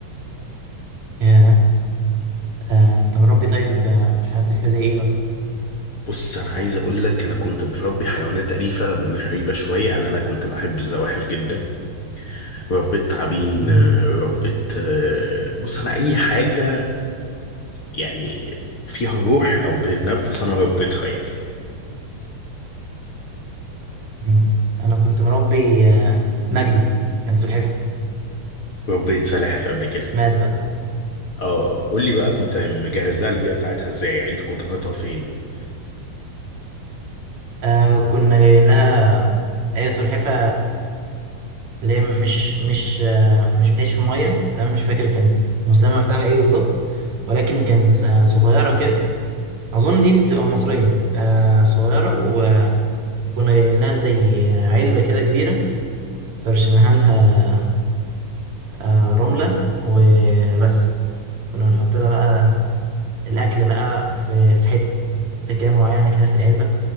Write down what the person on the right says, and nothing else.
أيوة. آه، أنت مربي طيب آه، حيوانات أليفة زي إيه مثلا؟
مم.
مم. أنا كنت مربي آه، مجدي كان سلحفة
بس مات بقى
آه، كنا جايبين لها هي سلحفة اللي هي مش مش آه، مش بتعيش في مية تمام مش فاكر كان المسمى بتاعها إيه بالظبط ولكن كانت آه، صغيرة كده أظن دي بتبقى مصرية آه، صغيرة وكنا جايبين لها زي آه، علبة كده كبيرة فرشناها لها آه، رملة وبس كنا بنحط لها بقى الاكل بقى في في حته كده معينه كده في العلبه